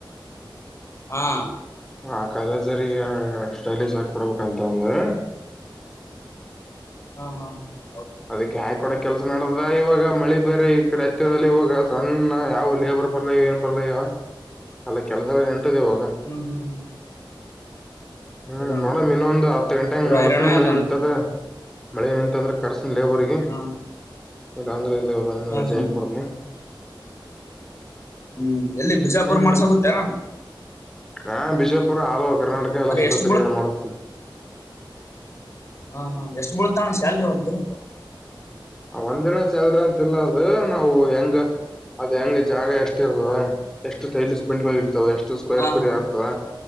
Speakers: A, on the left; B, in the centre.
A: ಹಾ
B: ಆ ಕಾಲೇಜ್ರ ಸ್ಟಲಿಶ್ ಆಾಕ ಕೊಡ್ಬೇಕಂತ ಅಂದ್ರ
A: ಹಾ ಹಾ ಹಾ
B: ಅದಕ್ಕೆ ಹಾಕಿ ಕೂಡ ಕೆಲಸ ನಡೆದ ಇವಾಗ ಮಳೆ ಬೇರೆ ಈ ಕಡೆ ಹತ್ಯದಲ್ಲಿ ಇವಾಗ ಸಣ್ಣ ಯಾವ ಲೇಬರ್ ಬರ್ಲ್ಲ ಏನ್ ಬರ್ಲ ಅಲ್ಲ ಕೆಲಸಗಳ ನಿಂತದೆವಾಗ
A: ಹ್ಮ್
B: ಹ್ಮ್
A: ಹೌದಣ
B: ನೋಡಮ್ ಇನ್ನೊಂದ್ ಹತ್ತು ಗಂಟೆ
A: ಪೂರ
B: ಹಂಗ್ ನೋಡದ್ನಿ
A: ಹೈರಾಣ
B: ಮಳೆ
A: ಅದ
B: ನಿಂತದ
A: ಅಂದ್ರ
B: ಮಳೆ ನಿಂತಂದ್ರೆ ಕರ್ಸ ಲೇಬರ್ಗೆ
A: ಹಾ
B: ಇಲ್ಲ ಅಂದ್ರ ಇಲ್ಲ
A: ಹಾ
B: ರಜೆ
A: ಹಾ
B: ಹಾಕಿ ಬಿಡ್ತೀನಿ
A: ಹ್ಮ್ ಎಲ್ಲಿ ಬಿಜಾಪುರ್
B: ಹ್ಮ್
A: ಮಾಡ್ಸ ಕುಂತೇನಣ್ಣ
B: ಹಾ ಬಿಜಾಪುರ ಆಲ್ಅವರ್ ಕರ್ನಾಟಕ ಎಲ್ಲಾ
A: ಅಂದ್ರೆ
B: ಸುತ್ತ
A: ಎಷ್ಟು
B: ತಿರ್ಗಾಡಿ
A: ಬೀಳ್
B: ಮಾಡಿಸ್ತಿನಿ
A: ಹಾ ಹಾ ಎಷ್ಟು ಬುಳುತ್ತ ಅಣ್ಣ ಸ್ಯಾಲರಿ ಒಂದು ದಿನಕ್ಕ
B: ಒಂದಿನ ಸ್ಯಾಲರಿ ಅಂತಲ್ಲ ಅದು ನಾವು ಹೆಂಗ ಅದ್ ಹೆಂಗ ಜಾಗ ಎಷ್ಟ ಇರ್ತದ ಎಷ್ಟು ಟೖಲಿಸ್ ಬಂಡಿಗಳ ಇರ್ತದೆ ಎಷ್ಟು ಸ್ಕ್ವೇರ್
A: ಹಾ
B: ಫೀಟ್
A: ಹಾ
B: ಆಗ್ತದ